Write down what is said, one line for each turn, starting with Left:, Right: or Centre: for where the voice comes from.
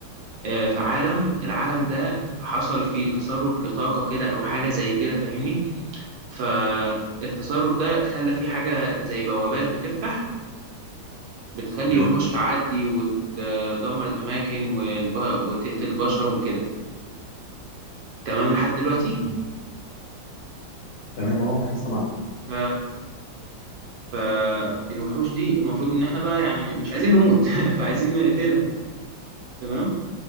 Right: آه، في عالم العالم ده حصل فيه تسرب لطاقة كده أو حاجة زي كده فاهمني فالتسرب ده خلى فيه حاجة زي بوابات بتفتح بتخلي
Left: تمام
Right: وحوش تعدي وتدمر الأماكن والب... وتقتل البشر وكده تمام لحد دلوقتي
Left: مم. تمام اه معاك سامعك
Right: ف... فالوحوش دي المفروض إن إحنا بقى يعني مش عايزين نموت <laughs> فعايزين نقتلها تمام